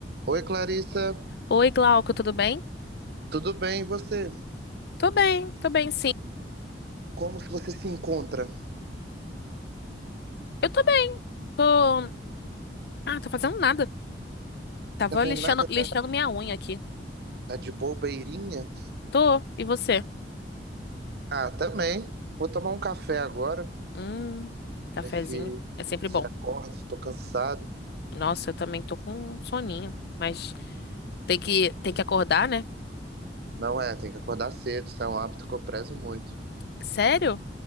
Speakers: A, on the right; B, on the left.
A: Oi, Clarissa.
B: Oi, Glauco, tudo bem?
A: Tudo bem, e você?
B: Tô bem, tô bem, sim.
A: Como se você se encontra?
B: Eu tô bem. Tô. Ah, tô fazendo nada. Tava
A: Tá vendo
B: lixando,
A: nada?
B: lixando
A: Tá
B: minha unha aqui.
A: tá de bobeirinha?
B: Tô. E você?
A: Ah, também. Vou tomar um café agora,
B: Hum, cafezinho.
A: ver se
B: É sempre
A: se
B: bom.
A: acorda. Tô cansado.
B: Nossa, eu também tô com um soninho. Mas tem que, tem que acordar, né?
A: Não é, tem que acordar cedo. Isso é um hábito que eu prezo muito.
B: Sério?